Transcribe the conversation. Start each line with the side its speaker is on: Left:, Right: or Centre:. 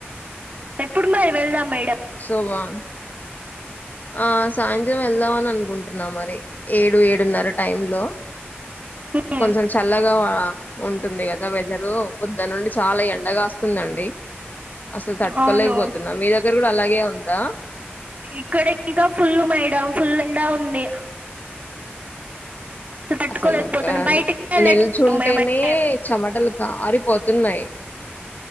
Right: ఎప్పుడు మరి వెళ్దాం మేడ్
Left: సోవా ఆ సాయంత్రం వెళ్దామని అనుకుంటున్నా మరి. ఏడు ఏడున్నర టైమ్ లో,
Right: మ్మ్.
Left: కొంచెం చల్లగా ఉంటుంది గదా వెదరూ పొద్దుడ్ నుండి చాలా ఎండగాస్తుందండి. అసల్ తట్టుకోలేకపోతున్నా
Right: అవును
Left: మీ దగ్ గ్గర గూడా అలాగే ఉందా.
Right: ఇక్కడ ఇంకా ఫుల్లు మేడం ఫుల్ల్ల్ ఎండా ఉంది. తట్టుకోలేకపోతున్నాం
Left: అసలు ఆ
Right: బయటికి వెళ్ళట్లేము
Left: నిల్చుంటేనే
Right: మేమైతే
Left: చెమటలు కారిపోతున్నాయి